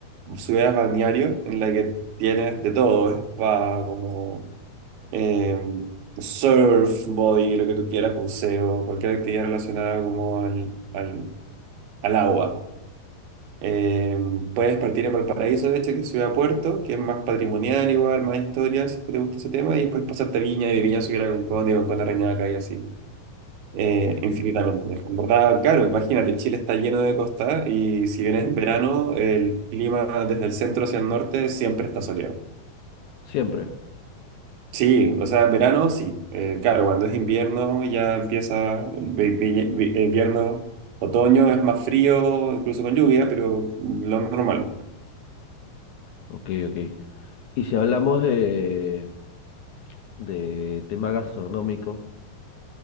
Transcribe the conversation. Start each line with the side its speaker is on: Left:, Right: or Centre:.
Right: ciudades balneario, en la que tienes de todo, es para como eh, surf, body, lo que tú quieras, buceo, cualquier actividad relacionada como al, al, al agua. Eh, puedes partir a Valparaíso, de hecho, que es ciudad puerto, que es más patrimonial igual, más historias, si te gusta ese tema, y después pasarte a Viña y de Viña subir a Concón y Concón a Reñaca y así. eh,
Left: Ok, ok.
Right: infinitamente. En verdad, claro, imagínate, Chile está lleno de costa y si vienes en verano, el clima desde el centro hacia el norte siempre está soleado.
Left: Siempre.
Right: Sí, o sea, en verano sí. Eh, claro, cuando es invierno ya empieza, vi- vi- vi- invierno, otoño es más frío, incluso con lluvia, pero lo normal.
Left: Ok, ok. Y si hablamos de, de tema gastronómico,